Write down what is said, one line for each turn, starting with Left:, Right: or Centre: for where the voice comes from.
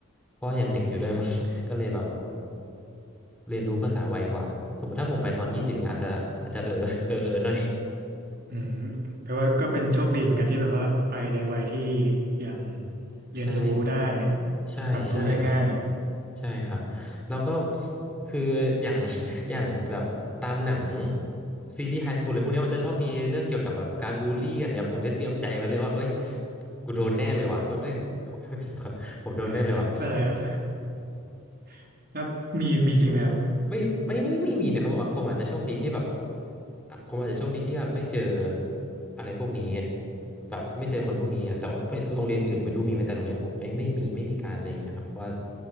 Centre: เพราะยังเด็กอยู่ด้วยมั้ง <laughs> ก็เลยแบบเรียนรู้ภาษาไวกว่าสมมติถ้าผมไปตอนยี่สิบเงี้ยอาจจะอาจจะเออเออเออหน่อย
Right: อืมแปลว่าก็เป็นโชคดีเหมือนกันที่แบบว่าไปในวัยที่ยัง
Centre: <laughs>
Right: เรียนรู้ได้
Centre: ใช่ใช่ใช่ครับ
Right: ปรับตัวได้ง่าย
Centre: ใช่ครับแล้วก็คืออย่าง <laughs> อย่างแบบตามหนังซีรีส์ไฮสคูลอะไรพวกเนี้ยมันจะชอบมีเรื่องเกี่ยวกับแบบการบูลลี่กันเนี่ยผมได้เตรียมใจไว้เลยว่าเอ้ยกูโดนแน่เลยว่ะกูเอ้ยขอโทษทีครับผมโดนแน่เลยว่ะ
Right: <laughs> ไม่เป็นไรครับ <laughs> แล้วมีมีจริงไหมครับ
Centre: ไม่ไม่ไม่ไม่ไมมีนะครับผมอาจจะโชคดีที่แบบอ่ะผมอาจจะโชคดีที่แบบไม่เจออะไรพวกนี้แบบไม่เจอคนพวกนี้แต่ว่าไม่โรงเรียนอื่นไม่รู้มีไหมแต่โรงเรียนผมไม่ไม่มีไม่มีการอะไรอย่างเงี้ยครับเพราะว่า